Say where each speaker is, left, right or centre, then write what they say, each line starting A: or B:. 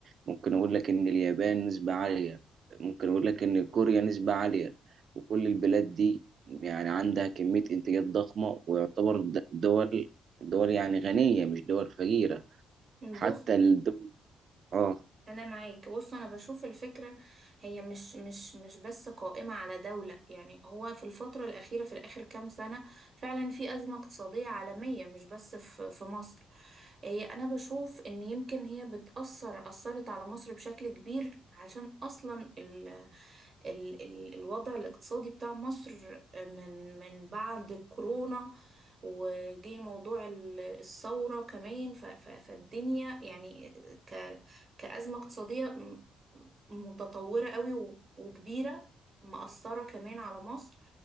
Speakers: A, on the right; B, on the right.
A: ممكن اقول لك ان اليابان نسبه عاليه ممكن اقول لك ان كوريا نسبه عاليه وكل البلاد دي يعني عندها كميه انتاجات ضخمه ويعتبر د- دول دول يعني غنيه مش دول فقيره حتى
B: بص
A: الدول اه
B: انا معاك بص انا بشوف الفكره هي مش مش مش بس قائمه على دوله يعني هو في الفتره الاخيره في الاخر كام سنه فعلا في ازمه اقتصاديه عالميه مش بس في في مصر هي انا بشوف ان يمكن هي بتاثر اثرت على مصر بشكل كبير عشان اصلا ال ال ال الوضع الاقتصادي بتاع مصر آه، من من بعد كورونا وجي موضوع ال- الثورة كمان ف- ف- فالدنيا يعني كأزمة اقتصادية م- متطورة قوي و- وكبيرة مأثرة كمان على مصر